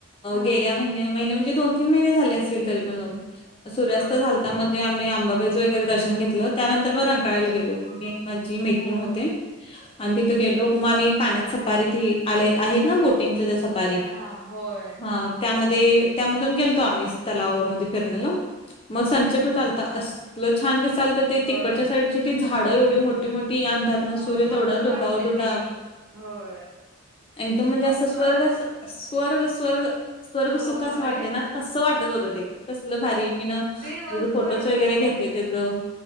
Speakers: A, on the right; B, on the left.
A: हा
B: गेल्या महिने महिने म्हणजे दोन तीन महिने झाले असतील तरी पण जाऊन. सूर्यास्त
A: हा.
B: झाल या म्हणजे आम्ही आंबाईचं वगैरे दर्शन घेतलं. त्यानंतर मग रं काळ्याला
A: अच्छा
B: गेलो. मी माझी मैत्रिण
A: होय
B: होते. आणि तिथं गेलो मग आम्ही पाण्यात सपारी ती आल्या आहेत ना बोटिंगचं त्या सप बारीक
A: हा होय
B: हां. त्या मध्ये त्यामधून गेलतो आम्ही तलावामध्ये फिरण्याला. मग सनसेट होत आलता अस सलं छान दिसालतं ते,
A: होय
B: तिकडच्या साईडची ती झाडं एवढी मोठी मोठी या त्यातनं
A: होय
B: सूर्य
A: मस्तच
B: तेवढाच डोकावत
A: वाटतय
B: होता.
A: ते होय
B: एकदम म्हणजे
A: मस्तच
B: अस स्वर्गच
A: वाटतय
B: स्वर्ग स्वर्ग स्वर्गसुख
A: होय
B: असं वाटतंय ना, तसं वाटत होतं ते. कसलं भारी मीनं त्याज
A: ते मस्तच
B: फोटोज
A: वाटतय
B: वगैरे
A: ओ
B: घेतले तेजं.